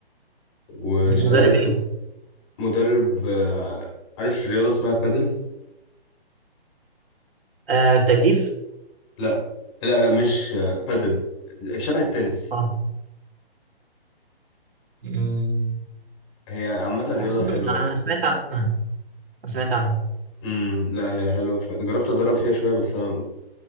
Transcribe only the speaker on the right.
مدرب إيه؟
آه، تجديف؟
اه مم.
أظن
أنا سمعت عنها أنا سمعت عنها